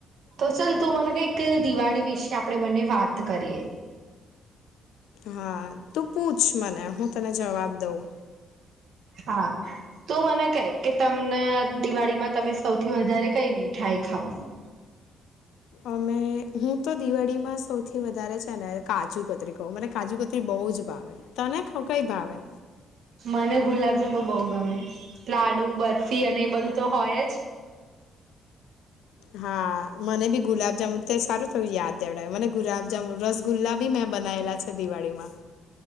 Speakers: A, on the right; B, on the left.
A: તો ચાલ તું મને કઈક દિવાળી વિશે આપડે બંને વાત કરીએ.
B: હા તું પૂછ મને હું તને જવાબ દઉં.
A: હા. તું મને ક કે તમને દિવાળીમાં તમે સૌથી વધારે કઈ મીઠાઈ ખાવ?
B: અમે હું તો દિવાળીમાં સૌથી વધારે છે ને કાજુ કતરી કહું મને કાજુ કતરી બહુ જ ભાવે. તને ખો કઈ ભાવે?
A: મને ગુલાબજંબુ બહુ ગમે, લાડુ બરફી અને એ બધું તો હોય જ.
B: હા મને બી ગુલાબજામુન તો સારું થું યાદ ડ મને ગુલાબજામુન રસગુલ્લા બી મેં બનાયલા છે દિવાળી માં.